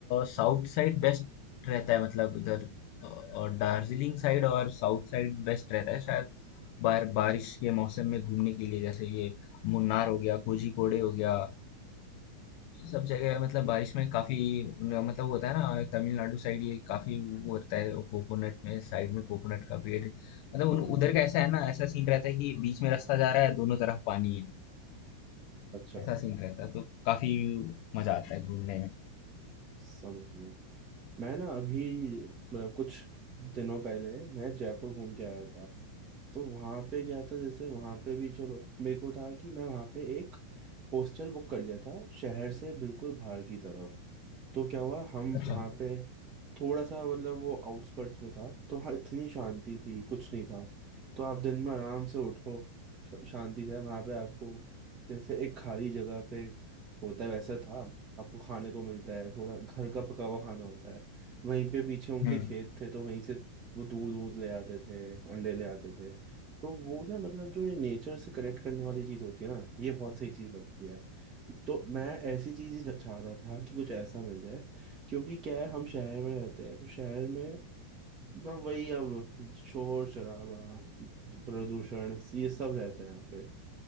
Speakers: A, on the left (about 45°); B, on the right (about 30°).
A: साउथ साइड बेस्ट रहता है मतलब उधर अ, और दार्जिलिंग साइड और साउथ साइड बेस्ट रहता है शायद बार बारिश के मौसम में घूमने के लिए जैसे ये मुन्नार हो गया कोझीकोडे हो गया ये सब जगह मतलब बारिश में काफी उन- मतलब वो होता है ना तमिलनाडु साइड ये काफी वो रहता है कोकोनट में साइड में कोकोनट का पेड़ मतलब
B: हाँ
A: उन उधर का ऐसा है ना ऐसा सीन रहता है कि बीच में रास्ता जा रहा है दोनों तरफ पानी है
B: अच्छा
A: ऐसा सीन रहता है तो काफी मजा आता है घूमने में
B: समझ गया मैं ना अभी मतलब कुछ दिनों पहले मैं जयपुर घूम के आया था तो वहां पे क्या था जैसे वहां पे भी चलो मेरे को था कि मैं वहां पे एक हॉस्टल बुक कर लिया था शहर से बिल्कुल बाहर की तरफ तो क्या हुआ हम
A: अच्छा
B: वहाँ पे थोड़ा सा मतलब वो आउटस्कर्ट्स में था तो वहाँ इतनी शांति थी कुछ नहीं था तो आप दिन में आराम से उठो ख- शांति से वहाँ पे आपको जैसे एक खाली जगह पे होता है वैसा था आपको खाने को मिलता है थोड़ा घर का पका हुआ खाना होता है वहीं पे पीछे उनके
A: हुँ,
B: खेत थे तो वहीं से वो दूध दूध ले आते थे अंडे ले आते थे तो वो ना मतलब जो ये नेचर से कनेक्ट करने वाली चीज़ होती है ना ये बहुत सही चीज़ लगती है तो मैं ऐसी चीज ही चाह रहा था कि कुछ ऐसा मिल जाए क्योंकि क्या है हम शहर में रहते हैं तो शहर में ना वही अब शोर शराबा प्रदूषण ये सब रहता है यहाँ पे